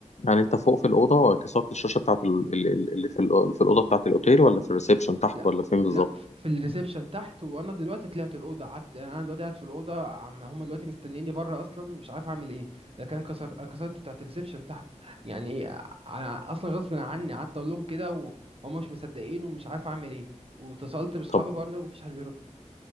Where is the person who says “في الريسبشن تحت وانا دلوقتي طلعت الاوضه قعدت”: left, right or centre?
Right